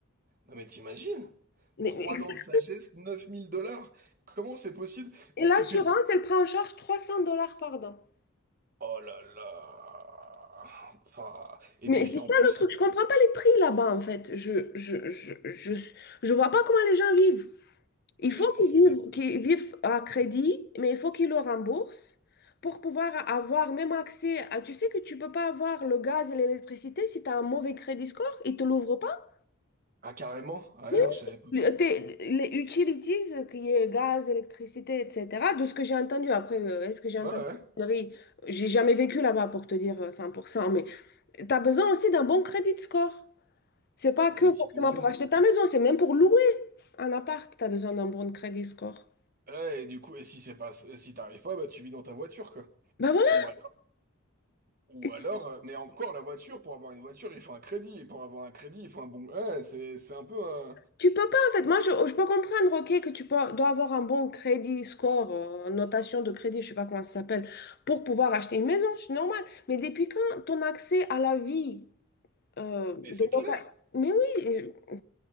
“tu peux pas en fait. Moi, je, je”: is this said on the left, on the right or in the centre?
Left